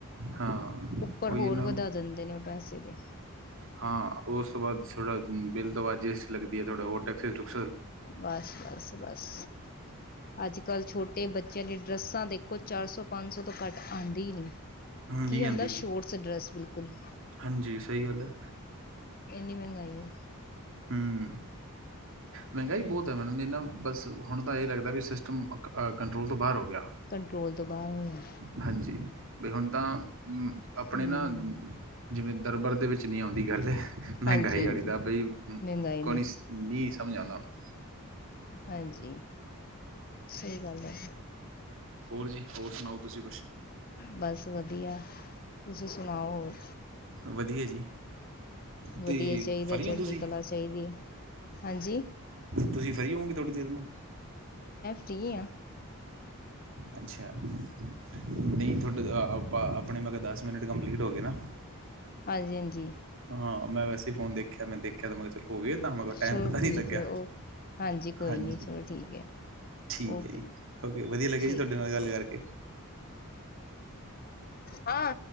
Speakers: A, on the right; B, on the left.
A: ਹਾਂ
B: ਉੱਪਰ
A: ਉਹੀ
B: ਹੋਰ
A: ਹੈ ਨਾ
B: ਵਧਾ ਦਿੰਦੇ ਨੇ ਉਹ ਪੈਸੇ ਦੇ,
A: ਹਾਂ ਉਸ ਤੋਂ ਬਾਅਦ ਥੋੜਾ ਬਿੱਲ ਤੋਂ ਬਾਅਦ ਜਿਸ ਲੱਗਦੀ ਹੈ ਥੋੜਾ ਹੋਰ ਟਕਸ ਟਕ
B: ਬਸ-ਬਸ-ਬਸ ਅੱਜ-ਕੱਲ ਚ ਛੋਟੇ ਬੱਚਿਆਂ ਦੀ ਡਰੈੱਸਾਂ ਦੇਖੋ ਚਾਰ ਸੌ ਪੰਜ ਸੌ ਤੋਂ ਘੱਟ ਆਦੀ ਨਹੀਂ,
A: ਹੂੰ,
B: ਕੀ
A: ਨਹੀਂ
B: ਹੁੰਦਾ
A: ਆਂਦੀ ਜੀ
B: ਸ਼ੋਰਟਸਡਰੈਸ ਬਿਲਕੁਲ
A: ਹਾਂਜੀ ਸਹੀ ਗੱਲ ਹੈ,
B: ਇੰਨੀ ਮਹਿੰਗਾਈ ਹੈ,
A: ਹੂੰ, ਮਹਿੰਗਾਈ
B: ਹਾਂ
A: ਬਹੁਤ ਹੈ ਮੈਨੂੰ ਇਹ ਨਾ ਬਸ ਹੁਣ ਤਾਂ ਇਹ ਲੱਗਦਾ ਵੀ ਸਿਸਟਮ ਕੰਟਰੋਲ ਤੋਂ ਬਾਹਰ ਹੋ ਗਿਆ।
B: ਕੰਟਰੋਲ ਤੋਂ ਬਾਹਰ ਹੋਇਆ,
A: ਹਾਂਜੀ ਬਈ ਹੁਣ ਤਾਂ ਆਪਣੇ
B: ਹਮ
A: ਨਾ ਜਿਵੇਂ, ਦਰਬਰ ਦੇ ਵਿੱਚ ਨਹੀਂ ਆਉਂਦੀ ਗੱਲ ਹੈ। ਮਹਿੰਗਾਈ
B: ਹਾਂਜੀ ਹਾਂਜੀ
A: ਵਾਲੀ ਦਾ ਬਈ
B: ਮਹਿੰਗਾਈ
A: ਕੋਣੀ
B: ਨੇ
A: ਨੀ ਸਮਝ ਆਉਂਦਾ ਹਣਾ,
B: ਹਾਂਜੀ ਸਹੀ ਗੱਲ ਹੈ,
A: ਹੋਰ ਜੀ ਹੋਰ ਸੁਣਾਓ ਤੁਸੀਂ ਕੁਛ
B: ਬਸ ਵਧੀਆ ਤੁਸੀਂ ਸੁਣਾਓ ਹੋਰ?
A: ਵਧੀਆ ਜੀ ਤੇ
B: ਵਧੀਆ ਚਾਹੀਦਾ
A: ਫਰੀ
B: ਚੜ੍ਹਦੀ
A: ਹੋ ਤੁਸੀਂ
B: ਕਲਾ ਚਾਹੀਦੀ ਹੈ ਹਾਂਜੀ,
A: ਤੁਸੀਂ ਫਰੀ ਹੋਓਗੇ ਥੋੜ੍ਹੀ ਦੇਰ ਨੂੰ,
B: ਫਰੀ ਆ,
A: ਅੱਛਾ ਨਹੀਂ ਤੁਹਾਡੇ ਆਪਾਂ ਆਪਣੇ ਮੈਂ ਕਿਹਾ ਦੱਸ, ਮਿੰਟ ਕੰਪਲੀਟ ਹੋ ਗਏ ਨਾ।
B: ਹਾਂਜੀ ਹਾਂਜੀ।
A: ਹਾਂ ਮੈਂ ਵੈਸੇ ਫੋਨ ਦੇਖਿਆ ਮੈਂ ਦੇਖ ਕ ਮੈਂ ਚਲ ਹੋ ਗਏ ਤਾਂ ਮ ਟਾਈਮ
B: ਚਲੋ
A: ਪਤਾ ਨੀ
B: ਠੀਕ
A: ਲੱਗਿਆ
B: ਹੈ ਉਹ ਹਾਂਜੀ ਕੋਈ
A: ਹਾਂਜੀ।
B: ਨਹੀਂ ਚਲੋ ਠੀਕ ਹੈ
A: ਠੀਕ
B: ਓਕੇ
A: ਹੈ ਜੀ, ਓਕੇ ਵਧੀਆ ਲੱਗਿਆ
B: ਠੀਕ
A: ਜੀ ਤੁਹਾਡੇ ਨਾਲ ਗੱਲ ਕਰਕੇ।
B: ਹਾਂ